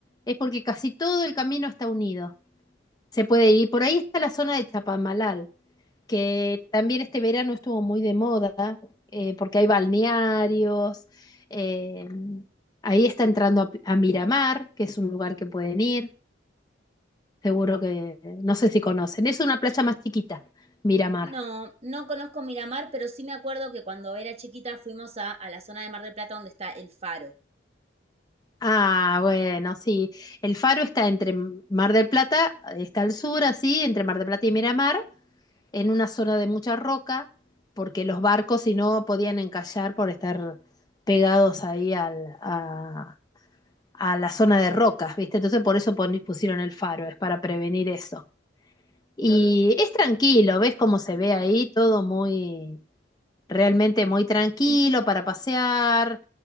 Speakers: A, on the left; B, on the right.
A: Es porque casi todo el camino está unido. Se puede ir. Por ahí está la zona de Chapamalal, que también este verano estuvo muy de moda, eh, porque hay balnearios. eh, ahí está entrando a, a Miramar, que es un lugar que pueden ir. Seguro que, no sé si conocen. Es una playa más chiquita, Miramar.
B: No, no conozco Miramar, pero sí me acuerdo que cuando era chiquita fuimos a, a la zona de Mar del Plata donde está el faro.
A: Ah, bueno, sí. El faro está entre Mar del Plata, está al sur, así, entre Mar del Plata y Miramar, en una zona de mucha roca, porque los barcos si no podían encallar por estar pegados ahí al- a, a la zona de rocas, ¿viste? Entonces por eso pon- pusieron el faro, es para prevenir eso. Y es tranquilo, ves cómo se ve ahí, todo muy, realmente muy tranquilo para pasear.